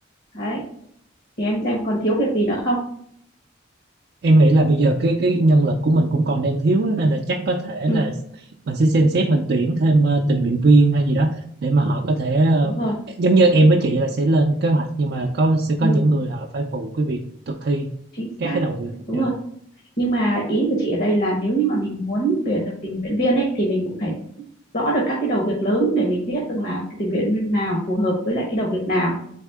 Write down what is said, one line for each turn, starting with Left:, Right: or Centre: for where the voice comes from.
Left: đấy thì em xem còn thiếu việc gì nữa không
Right: em nghĩ là bây giờ cái cái nhân lực của mình cũng còn đang thiếu á, nên là chắc có thể
Left: ừ
Right: là mình sẽ xem xét mình tuyển thêm ờ, tình nguyện viên hay gì đó để mà họ có thể ờ,
Left: đúng rồi
Right: giống như em với chị là sẽ lên kế hoạch nhưng mà có sẽ có
Left: ừ
Right: những người họ phải phụ cái việc thực thi
Left: chính
Right: các
Left: xác
Right: cái đầu việc
Left: đúng
Right: dạ
Left: rồi nhưng mà ý của chị ở đây là nếu như mà mình muốn tuyển được tình nguyện viên ấy thì mình cũng phải rõ được các cái đầu việc lớn để mình biết rằng là cái tình nguyện viên nào phù hợp với lại cái đầu việc nào